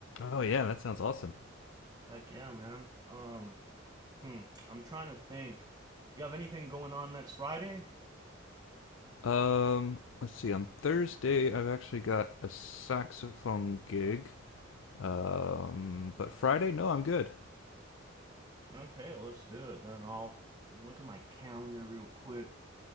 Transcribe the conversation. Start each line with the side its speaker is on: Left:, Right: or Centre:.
Left: Oh yeah, that sounds awesome.
Right: Heck yeah, man. Um, hmm, I'm trying to think. You have anything going on next Friday?
Left: Um, let's see. On Thursday, I've actually got a saxophone gig. Um, but Friday, no, I'm good.
Right: Okay, let's do it. Then I'll look at my calendar real quick.